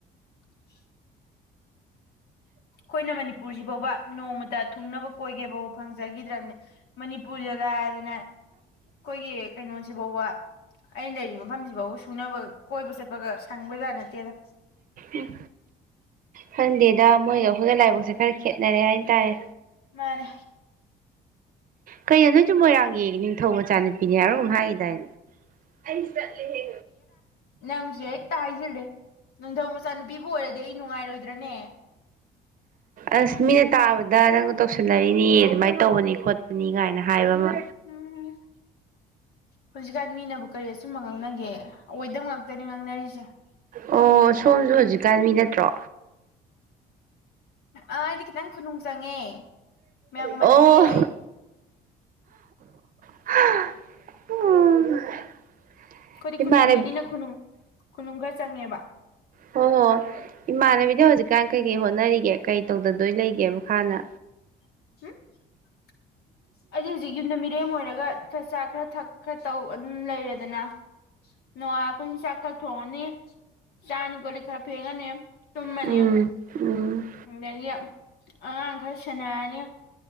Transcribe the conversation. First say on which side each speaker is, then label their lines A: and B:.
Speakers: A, on the left; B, on the right.
A: <inaudible> ꯈꯣꯏꯅ ꯃꯅꯤꯄꯨꯔꯖꯤ ꯕꯧꯕ ꯅꯣꯡꯃꯇ ꯊꯨꯡꯅꯕ ꯀꯣꯏꯒꯦ ꯕꯧ ꯐꯪꯖꯒꯤꯗ꯭ꯔꯝꯅꯤ ꯃꯅꯤꯄꯨꯔꯗꯤ ꯂꯥꯏꯗꯅ ꯈꯣꯏꯒꯤ ꯀꯩꯅꯣꯁꯤꯕꯧꯕ ꯑꯩꯅ ꯂꯩꯔꯤ ꯃꯐꯝꯖꯤꯕꯧꯕ ꯁꯨꯅꯕ ꯀꯣꯏꯕ ꯆꯠꯄꯒ ꯁꯪꯕꯖꯥꯠ ꯅꯠꯇꯦꯗ
B: ꯎꯝ ꯈꯪꯗꯦꯗ ꯃꯣꯏꯒ ꯑꯈꯣꯏꯒ ꯂꯥꯏꯕꯛꯁꯦ ꯈꯔ ꯈꯦꯠꯅꯔꯦ ꯍꯥꯏ ꯇꯔꯦ
A: ꯃꯥꯅꯦ
B: ꯀꯩꯅꯣ ꯅꯣꯏꯖꯨ ꯃꯣꯏꯔꯥꯡꯒꯤ ꯅꯤꯡꯊꯧ ꯃꯆꯥꯅꯨꯄꯤꯅꯦ ꯍꯥꯏꯕ꯭ꯔ ꯍꯥꯏꯒꯤꯗꯥꯏꯅꯦ ꯑꯩ ꯆꯠꯂꯦꯍꯦ
A: ꯅꯪꯖꯨ ꯍꯦꯛꯇ ꯍꯥꯏꯖꯤꯜꯂꯤ ꯅꯤꯡꯊꯧ ꯃꯆꯥꯅꯨꯄꯤꯕꯨ ꯑꯣꯏꯔꯗꯤ ꯑꯩ ꯅꯨꯡꯉꯥꯏꯔꯣꯏ ꯗ꯭ꯔꯅꯦ
B: ꯑꯁ ꯃꯤꯅ ꯇꯥꯕꯗ ꯅꯪꯗꯣ ꯇꯧꯁꯟꯅꯔꯤꯅꯤ ꯑꯗꯨꯃꯥꯏ ꯇꯧꯕꯅꯤ ꯈꯣꯠꯄꯅꯤ ꯒꯥꯏꯅ ꯍꯥꯏꯕ ꯑꯃ
A: ꯎꯝ ꯍꯨꯖꯤꯛꯒꯥꯟ ꯃꯤꯅꯕꯨ ꯀꯔꯤ ꯑꯆꯨꯝꯕ ꯉꯥꯡꯅꯒꯦ ꯑꯣꯏꯗꯕ ꯉꯥꯛꯇꯅꯤ ꯉꯥꯡꯅꯔꯤꯖꯦ
B: ꯑꯣ ꯁꯣꯝꯖꯨ ꯍꯨꯖꯤꯛꯀꯥꯟ ꯃꯤ ꯅꯠꯇ꯭ꯔꯣ
A: ꯑꯥ ꯑꯩꯗꯤ ꯈꯤꯇꯪ ꯈꯨꯅꯨꯡ ꯆꯪꯉꯦ ꯃꯌꯥꯝꯒ
B: ꯑꯣ
A: ꯃꯥꯟꯅꯗꯤꯌꯦ
B: <unintelligible> <unintelligible>
A: ꯑꯩꯈꯣꯏꯗꯤ ꯈꯨꯅꯨꯡꯗꯩꯅꯤꯅ
B: ꯏꯃꯥꯟꯅꯕꯤ
A: ꯈꯨꯅꯨꯡ ꯈꯨꯅꯨꯡ ꯈꯔ ꯆꯪꯉꯦꯕ
B: ꯍꯣ ꯍꯣ ꯏꯃꯥꯥꯟꯅꯕꯤ ꯍꯧꯖꯤꯛꯀꯥꯟ ꯀꯩꯀꯩ ꯍꯣꯠꯅꯔꯤꯒꯦ ꯀꯩ ꯇꯧꯗꯗꯣꯏ ꯂꯩꯒꯦ ꯃꯈꯥꯅ
A: <unintelligible> ꯖꯤꯛ ꯌꯨꯝꯗ ꯃꯤꯔꯦꯝ ꯑꯣꯏꯔꯒ ꯈꯔ ꯆꯥ ꯈꯔ ꯊꯛ ꯈꯔ ꯇꯧ ꯑꯗꯨꯝ ꯂꯩꯔꯦꯗꯅ ꯅꯨꯡꯉꯥꯏ ꯑꯈꯣꯏꯗꯤ ꯆꯥꯛ ꯈꯔ ꯊꯣꯡꯉꯅꯤ ꯆꯥꯅꯤ ꯀꯣꯂꯤꯛ ꯈꯔ ꯐꯦꯡꯉꯅꯤ ꯇꯨꯝꯃꯅꯤ
B: ꯎꯝ ꯎꯝ
A: ꯑꯗꯒꯤ ꯑꯉꯥꯡ ꯈꯔ ꯁꯦꯟꯅꯔꯅꯤ